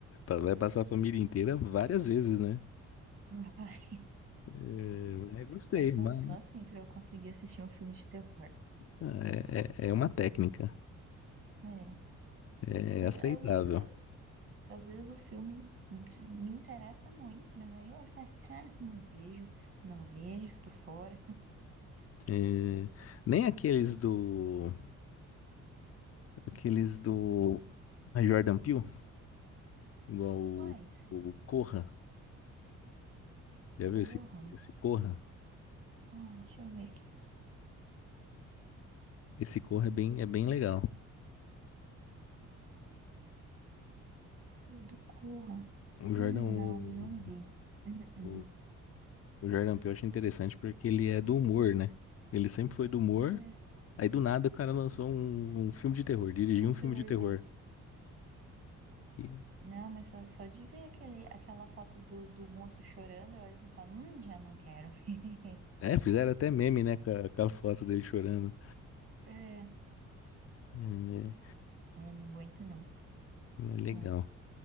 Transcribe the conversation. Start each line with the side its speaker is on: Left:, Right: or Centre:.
Left: pa- vai passar a família inteira várias vezes, né?
Right: Vai
Left: É, mas gostei,
Right: É só,
Left: mas
Right: só assim pra eu conseguir assistir um filme de terror.
Left: Ah, É, é é uma técnica.
Right: É.
Left: É
Right: Às,
Left: aceitável.
Right: às vezes, eu- às vezes o filme me interessa muito, mas aí eu olho e falo, <laughs> ah, não vejo, não vejo, tô fora.
Left: É, nem aqueles do. Aqueles do Jordan Peele, igual o,
Right: Quais?
Left: o Corra. Já viu
Right: Corram.
Left: esse, esse Corra?
Right: Ah, deixa eu ver aqui.
Left: Esse Corra é bem, é bem legal.
Right: Período Corra.
Left: O Jordan,
Right: Hum,
Left: o,
Right: Não, não vi. Uhum,
Left: o, o Jordan Peele eu acho interessante porque ele é do humor, né? Ele sempre foi do humor.
Right: uhum. É,
Left: Aí do nada o cara lançou um, um filme de terror, dirigiu
Right: um
Left: um filme
Right: terrorzão.
Left: de terror. E,
Right: Não, mas só, só de ver aquele, aquela foto do, do moço chorando, eu olho assim e falo, hum, já não quero. <laughs>
Left: é, fizeram até meme, né? Com a, com a foto dele chorando.
Right: É,
Left: É,
Right: é, não aguento não.
Left: é legal.
Right: Bom.